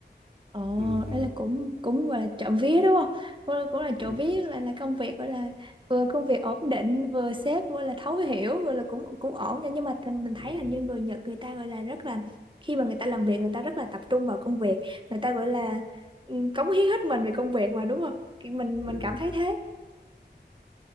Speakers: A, on the right; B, on the left.
A: Ồ,
B: Ừm, ừm.
A: đây là cũng cũng gọi là trộm vía đúng không? Cũng là, cũng là trộm
B: Ừm.
A: vía là là công việc gọi là vừa công việc ổn định, vừa sếp vừa là thấu hiểu, vừa là cũng cũng ổn nha. Nhưng mà thành- mình thấy
B: Ừm,
A: là như người Nhật người ta gọi là rất là khi mà người ta làm việc người ta rất là tập trung vào công việc, người ta gọi là ừ, cống hiến hết mình về công việc mà đúng không? Kiểu Mình mình
B: <laughs>
A: cảm thấy thế.